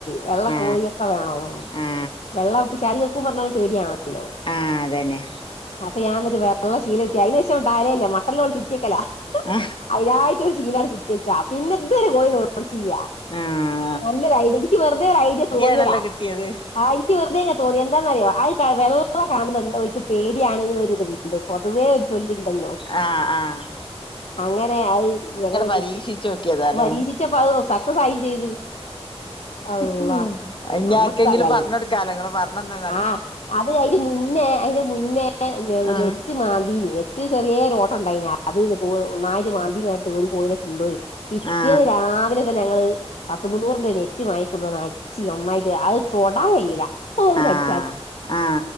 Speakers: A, on the left; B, on the left.
A: വെള്ള
B: ആ
A: കോഴൊക്കെ വേണം
B: ആ
A: വെള്ള പിശാജേക്കും പറഞ്ഞപോലെ പേടിയാണ് ല്ലോ
B: ആ അതന്നെ
A: അപ്പൊ ഞാൻ ന്നട്ട് വെള്ളം ശീലകെട്ടി അതിന് ശേഷംണ്ടാവലേല്ല മ ട്ടലിൻ്റെ മൊളിൽ ചുറ്റിയക്കല
B: ആ
A: അയിനായിറ്റ് ശീല ചുറ്റിച്ചതാ പിന്നെ ഇതുവരെ കോഴി നോലോലിച്ചില്ലാ
B: ആഹ്
A: നല്ലൊരു ഐഡിയ ഇയ്ക്ക് വെറുതെ ഒരു ഐഡിയ തോന്നിയതാ
B: ആണല്ലോ കിട്ടിയത്
A: ആഹ് ഇനിക്ക് വെറുതെ ഇങ്ങനെ തോന്നി എന്താന്നറിയോ ആ വെള്ള കാണാ വെന്ദ് പേടിയാണെങ്കുംരിത്ണ്ട് പൊതുവേ ഒരു ചൊല്ലുണ്ടല്ലോ
B: ആഹ് ആഹ്
A: അങ്ങനെ അഹ് അങ്ങനെ
B: പരീക്ഷിച്ച്
A: ചുറ്റിച്ച്
B: നോക്കിയതാല്ലേ
A: അപ്പം പരീക്ഷിച്ചപ്പോ അഹ് സക്സസായിം ചെയ്ത് അല്ല
B: ഉം അഹ് ഇഞ്ഞാര്ക്കെങ്കിലും
A: നമ്മളിപ്പോ കളി
B: പറഞ്ഞൊട്ക്കാലോ ഇങ്ങള് പറ്ഞ്ഞന്ന്ന്ന
A: ആഹ് അത് അയിന്റെ മുന്നേ അയിന്റെ മുന്നേ നെ വെ
B: ആ
A: നെറ്റ് മാന്തിനി നെറ്റിന് ചെറിയേരു ഓട്ടണ്ടായിനി അത് കോ ഒന്നായിട്ട് മാന്തിങ്ങാട്ട് ഒരു കോഴിനെ കൊണ്ടോയി പിറ്റേന്ന്
B: ആ
A: രാവിലെ പ്പം ഞങ്ങള് പത്ത് മുന്നൂറ്ന്റെ നെറ്റ് വാങ്ങി കൊണ്ടോന്ന് അടിച്ച് ഒന്നായിട്ട് അഹ് തൊടാൻ കയ്യൂല <unintelligible>
B: ആ
A: അടിച്ചാഞ്ഞ്
B: ആ